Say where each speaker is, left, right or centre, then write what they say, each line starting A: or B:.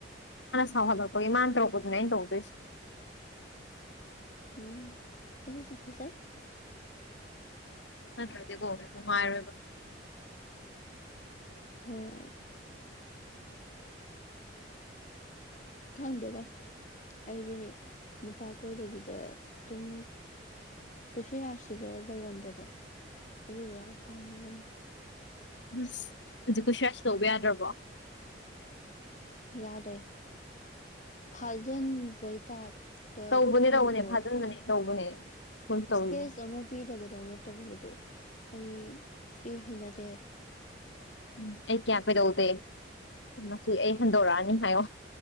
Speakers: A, on the left (about 80°); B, on the left (about 45°).
A: ꯍꯥꯎ ꯍꯜꯂꯣ ꯀ ꯏꯃꯥꯟ ꯇ꯭ꯔꯣ ꯀꯗꯨꯅꯦ ꯑꯩꯅ ꯇꯧꯗꯣꯏꯁꯤ
B: ꯎꯝ ꯑꯗꯨꯁꯨ ꯐꯖꯥꯏ
A: ꯅꯠꯇ꯭ꯔꯗꯤꯀꯣ ꯅꯨꯡꯉꯥꯏꯔꯣꯏꯕ
B: ꯍꯣꯏ
A: <unintelligible>
B: ꯊꯪꯗꯦꯗ ꯑꯩꯗꯤꯅꯦ ꯅꯨꯄꯥ ꯀꯣꯏꯗꯕꯤꯗ ꯑꯗꯨꯝ ꯄꯨꯟꯁꯤꯔꯥꯁꯤꯗ ꯂꯩꯔꯝꯕꯗꯣ ꯑꯗꯨꯗꯣ ꯌꯥꯝ ꯄꯥꯝꯃꯦ ꯑꯃꯛ
A: ꯑꯁ ꯍꯧꯖꯤꯛꯄꯨ ꯁꯔꯁꯨ ꯇꯧꯕ ꯌꯥꯗ꯭ꯔꯕꯣ
B: ꯌꯥꯗꯦ ꯐꯥꯖꯟ ꯄꯩ ꯇꯥꯏꯇ
A: ꯇꯧꯕꯅꯦ
B: ꯈꯪꯖꯀꯣ
A: ꯇꯧꯕꯅꯦ ꯐꯥꯖꯤꯟꯕꯅꯦ ꯇꯧꯕꯅꯦ ꯇꯧꯔꯤꯅꯦ
B: ꯏꯁꯄꯦꯁ ꯑꯃ ꯄꯤꯗꯕꯗꯧꯅ ꯇꯧꯕꯗꯣ ꯑꯩ ꯁꯤ ꯍꯩꯅꯗꯦ
A: ꯎꯝ ꯑꯩ ꯀꯌꯥ ꯀꯩꯗꯧꯗꯦ ꯃꯁꯤ ꯑꯩ ꯍꯟꯗꯣꯔꯛꯑꯅꯤ ꯍꯥꯏꯌꯣ